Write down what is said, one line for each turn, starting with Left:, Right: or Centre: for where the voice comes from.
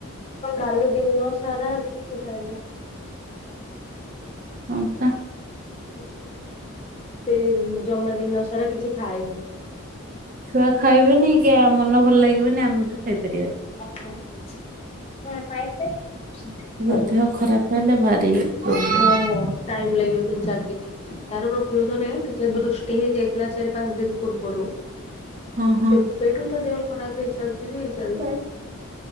Left: କାଲି ଦିନ ସାରା କିଛି ଖାଇନି।
Right: ହଁ ତା।
Left: ସେ ଜମାଦିନ ସାରା କିଛି ଖାାଇନି।
Right: ଛୁଆ ଖାଇବେନି କି ମନ ଭଲ ଲାଗିବନି ଆମେ ବି ଖାଇ ପାରିବାନି।
Left: ହଁ ପାଇଲେ?
Right: ପୁରା
Left: ହ
Right: ଦେହ ଖରାପ ହେଲେ ଭାରି ପ୍ରୋବ୍ଲେମ୍।
Left: ହଁ ଟାଇମ ଲାଗିବ ତିରିସ ଦିନ। ତାର ପ୍ରକୃତ ରେ ଟିକେ ବୃଷ୍ଟି ହେଇ ଯାଇଥିଲା ଚାରି ପାଞ୍ଚ ଦିନ ପୂର୍ବରୁ।
Right: ହଁ ହଁ
Left: ସେବେଠୁ ତା ଦେହ ଖରାପ ହେଇ ଚାଲଚି ଯେ ହେଇଚା
Right: ପ୍ରାଏ